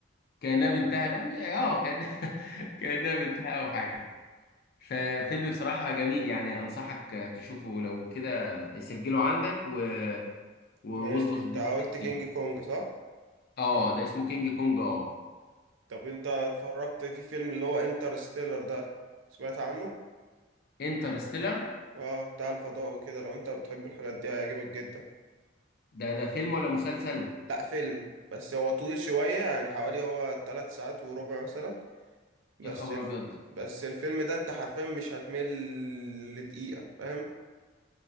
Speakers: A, on the left (about 50°); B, on the right (about 75°).
A: كأنها بنتها لا م- اه كأنها <laughs> كأنها بنتها او حاجة ففيلم بصراحة جميل يعني أنصحك تشوفه لو كده سجله عندك و- و-
B: ماشي
A: واظبط
B: انت
A: الدنيا
B: قلت
A: كده
B: كينج
A: فيه
B: كونج صح؟
A: اه ده اسمه كينج كونج اه
B: طب انت اتفرجت في فيلم اللي هو انترستيلر ده سمعت عنه؟
A: انترستيلر
B: اه بتاع الفضاء وكده لو انت بتحب الحاجات دي هيعجبك جدا
A: ده ده فيلم ولا مسلسل
B: لا فيلم بس هو طويل شوية يعني حوالي هو تلات ساعات وربع مثلا بس
A: يا خبر
B: الف...
A: أبيض
B: بس الفيلم ده انت حرفيا مش هتمل لدقيقة فاهم؟